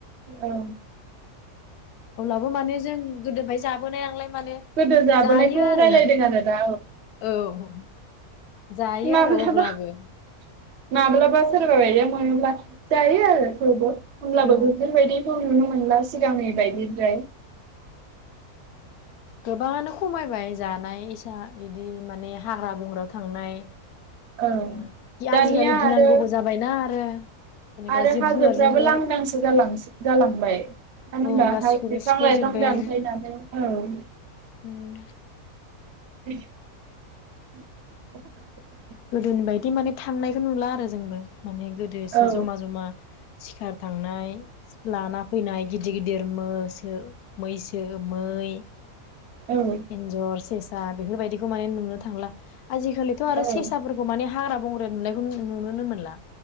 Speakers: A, on the right; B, on the left.
A: औ
B: अब्लाबो माने जों गोदोनिफ्राय जाबोनाय नालाय माने
A: गोदो जाबोनायखौ
B: जायो आरो
A: रायलायदों आरो दा
B: औ जायो
A: माब्लाबा
B: आरो अब्लाबो
A: माब्लाबा सोरबा बायदिआ मोनोब्ला जायो आरो बयबो। होनब्लाबो
B: औ
A: बेफोर बायदिखौ नुनो मोनला सिगांनि बायदि द्राय
B: गोबांङानो खमायबाय जानाय इसा बिदि माने हाग्रा बंग्रायाव थांनाय आरो
A: औ दानिया
B: आजिखालि गिनांगौबो
A: आरो
B: जाबाय ना आरो <inaudible>
A: आरो
B: जिब
A: हाजोफ्राबो
B: जुनारजोंबो
A: लांदांसो जालां जालांबाय मानो
B: औ
A: होनबा
B: गासिखौबो
A: हा बिफां
B: सिफायजोब्बायानो
A: लाइफां दानफैनानै औ
B: ओम
A: <inaudible> <inaudible>
B: गोदोनि बायदि माने थांनायखौ नुला आरो जोंबो। माने गोदो एसे
A: औ
B: जमा जमा सिखार थांनाय लाना फैनाय गिदिर गिदिर मोसो मैसो मै
A: औ
B: एनजर सेस सा बेफोरबायदिखौ माने नुनो थांला आजिखालिथ' आरो
A: औ
B: सेसाफोरखौ माने हाग्रा बंग्र नुनायखौ नुनोनो मोनला।